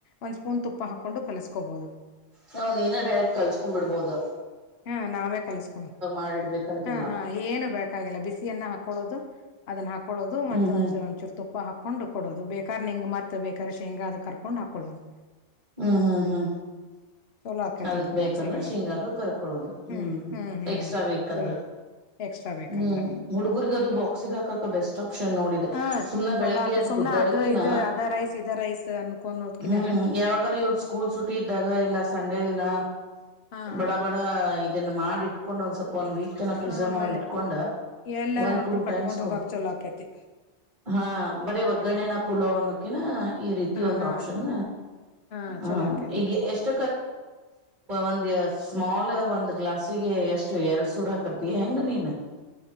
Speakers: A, on the left; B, on the right.
A: ಒಂದ್ ಸ್ಪೂನ್ ತುಪ್ಪ ಹಾಕೊಂಡು ಕಲಸ್. ಕ್ಕೋಬೋದು.
B: ಹಾ ನೀನೇ ಡೈರೆಕ್ಟ್ ಕಲ್ಸ್ಕೊಂಬಿಡ್ಬೋದು.
A: ಹ್ಮ ನಾವೇ ಕಲ್ಸ್ಕೊಬೇ
B: ಮಾಡಿಡ್ಬೇಕಂತಿಲ್ಲ
A: ಹ್ಮ ಹ್ಮ ಏನು ಬೇಕಾಗಲ್ಲ ಬಿಸಿಯನ್ನ ಹಾ ಕೊಳ್ಳೋದು ಅದನ್ನ ಹಾಕ ಕೊಳ್ಳೋದು ಮತ್ತ
B: ಹ್ಮ್ ಹ್ಮ್
A: ಒಂಚ ಒಂಚೂರು ತುಪ್ಪ ಹಾಕೊಂಡು ಕೊಡೋದು ಬೇಕಾರ ನಿಂಗ್ ಮತ್ತ. ಮತ್ತೆ ಬೇಕಾರೆ ಶೇಂಗ ಅದು ಕರ್ಕೊಂಡ್ ಹಾಕೊಳ್ಳೋದು.
B: ಹ್ಮ್ ಹ್ಮ್ ಹ್ಮ್
A: ಚಲೋ ಆಕೈತ್
B: ಅದಕ್
A: ಅದು
B: ಬೇಕಂದ್ರೆ
A: ಬಾಕ್ಸಿಗೆಲ್ಲ
B: ಶೇಂಗಾದ್ರು ಕರ್ಕೊ. <unintelligible> ಹ್ಮ
A: ಹ್ಮ್ ಹ್ಮ್ ಹ್ಮ್
B: ಎಕ್ಸ್ಟ್ರಾ ಬೇಕ್ ಅಂದ್ರೆ
A: ಚಲೋ ಎಕ್ಸ್ಟ್ರಾ ಬೇಕಂದ್ರ
B: ಹ್ಮ್ ಹುಡುರ್ಗದು ಬಾಕ್ಸಿಗಾಕಕ ಬೆಸ್ಟ್ ಆಪ್ಷನ್ ನೋಡಿ
A: ಹ
B: ಸುಮ್ನೆ ಬೆಳಗ್ಗೆದ್ದು
A: ಚಲೋ ಆಕೆ ಸುಮ್ನೆ
B: ಗುದ್ದಾಡಕಿನ
A: ಅದು ಇದು ಅದ ರೈಸ್ ಇದ ರೈಸ್ ಅನ್ಕೋನೋದ್ಕಿನ
B: ಹ್ಮ್ ಯಾವಾಗರ ಇವ್ರ ಸ್ಕೂಲ್ ಸುಟ್ಟಿ ಇದ್ದಾಗ ಇಲ್ಲ ಸಾ <unintelligible> ದಿನ
A: ಹಾ
B: ಬಡ
A: ಹಾ
B: ಬಡ ಇ ಇದನ್ನ ಮಾಡಿಟ್ಕೊಂಡು ಒಂದ್ ಸ್ವಪ್. ಒನ್ ವೀಕ್ ತನ ಪ್ರಿಸರ್ವ್
A: ಆಮೇಲೆ
B: ಮಾಡಿ ಇಟ್ಕೊಂಡ
A: ಎಲ್ಲಾರ
B: ಒನ್
A: ಹೊಂಟ್ರು
B: ಟು
A: ಕಟ್ಕೊಂಡ್
B: ಟೈಮ್ಸ್ ಕೊಡು
A: ಹೋಗಾಕ್ ಚಲೋ ಆಕೇತಿ
B: ಹಾ ಬರೆ ಒಗ್ಗರಣೆನ. ಪುಲಾವನ್ನಿಕ್ಕಿನ. ಈ ರೀತಿ
A: ಹಾ
B: ಒಂದು
A: ಹಾ
B: ಆಪ್ಷನ್
A: ಹಾ
B: ಹ
A: ಚಲೋ ಆಕೇತಿ
B: ಈಗ ಎಷ್ಟ ಒಂದು ಸ್ಮಾಲ್ ಒಂದ್ ಗ್ಲಾಸಿಗೆ ಎಷ್ಟು ಎರಡ್ ಸೂಡ್ ಹಾಕರ್ತಿಯ ಹೆಂಗ ನೀನು.